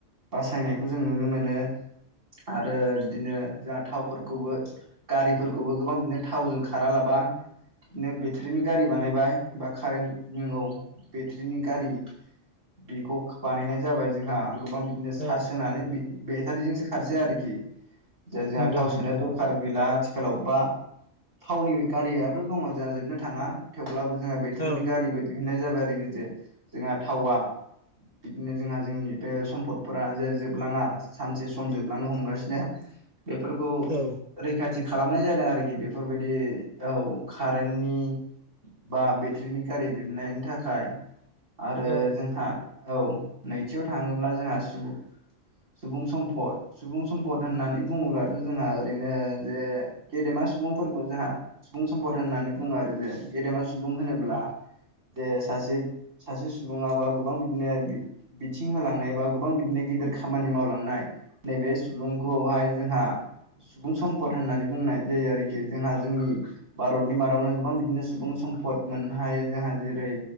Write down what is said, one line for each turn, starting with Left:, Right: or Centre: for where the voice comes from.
Right: बासायनायखौ जों नुनो मोनो आरो बिदिनो जोंहा थावफोरखौबो गारिफोरखौबो गोबां बिदिनो थावजों खारालाबा बिदिनो बेटारिनि गारि बानायबाय बा कारेन्ट नौ बेटारिनि गारि बेखौ बानायनाय जाबाय जोंहा गोबां बिदिनो चार्ज
Left: औ
Right: होनानै बेटारिजोंसो खारसै आरोखि। जे जोंहा
Left: नंगौ
Right: थाव सोनो
Left: नंगौ
Right: दरखार गैला आथिखालाव बा थावनि गारिया दङ जोंहा जोबनो थाङा। थेवब्लाबो जोंहा बेटारिनि
Left: औ
Right: गारि बायदि होननाय जाबाय आरोखि जे जोंहा थावा बिदिनो जोंहा जोंनि बे सम्फदफोरा जे जोबलाङा सानसे सम जोबलांनो हमगासिनो बेफोरखौ
Left: औ
Right: रैखा थि खालामनाय जादों आरोखि बेफोरबायदि औ कारेन्ट नि बा बेट्रिनि गारि दिहुननायनि थाखाय आरो
Left: औ
Right: जोंहा औ नैथियाव थाङोब्ला जोंहा सुबुं सुबुं सम्पद सुबुं सम्पद होननानै बुङोब्लाथ' जोंहा ओरैनो जे गेदेमा सुबुंफोरखौ जोंहा सुबुं सम्पद होननानै बुङो आरो जे गेदेमा सुबुं होनोब्ला
Left: औ
Right: जे सासे सासे सुबुङा बा गोबां बिदिनो बिथिं होलांनाय बा गोबां बिदिनो गिदिर खामानि मावलांनाय नैबे सुबुंखौहाय जोंहा सुबुं सम्पद होननानै बुंनाय जायो आरोखि। जोंहा जोंनि भारतनि मादावनो गोबां बिदिनो सुबुं सम सम्पद मोननो हायो जोंहा जेरै